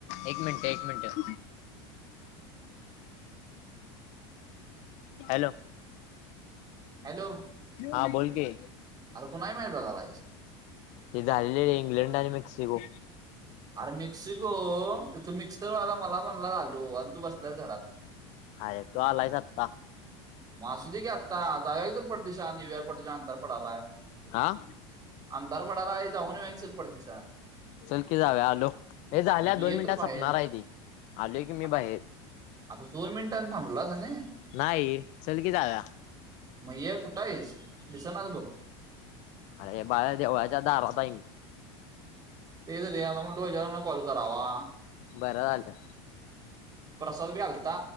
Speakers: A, on the left; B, on the right.
A: एक मिनिट एक मिनिट. हॅलो.
B: हॅलो
A: हा बोल की.
B: अरे कोणाची मॅच बघायला.
A: ते झालेले इंग्लंड आणि मेक्सिको.
B: अरे मेक्सिको इथ मिक्सरवाला मला म्हणला आलो आणि तू बसलास घरात.
A: हाय तू आलायस आत्ता.
B: असू दे की आता जाऊया चल पटदिशी आणि युवा परदेशी अंधार पडायला.
A: हा
B: अंधार पडाला आहे जाऊन युया चल पट दिशान.
A: चल की जाऊया आलो. हे झाल्या
B: मग तू
A: दोन
B: ये
A: मिनिटात
B: तर
A: सपणार
B: बाहेर
A: आहे ती आल की मी
B: आता
A: बाहेर.
B: आता दोन मिनिटांनी थांबस आणि.
A: नाही चल की जाऊया.
B: म ये कुठं आहेस दिसनास बघ.
A: अरे बाळ देवळाच्या दारात हाय की.
B: तेच रे आता म्हणलं ह्याच्यावरून कॉल करावा.
A: बरं झालं.
B: प्रसाद बी आलता